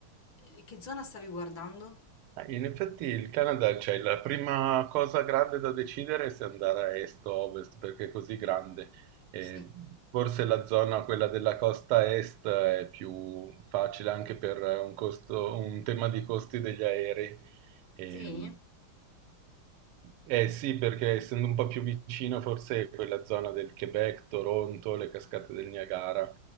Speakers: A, on the left; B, on the right.
A: E Che zona stavi guardando?
B: Eh, In effetti il Canada, cioè la prima cosa grande da decidere è se andare a est o a ovest, perché è così grande. E
A: Sì.
B: forse la zona, quella della costa est, è più facile anche per un costo- un tema di costi degli aerei. Ehm,
A: Sì?
B: eh sì, perché essendo un po' più vicino, forse quella zona del Quebec, Toronto, le cascate del Niagara.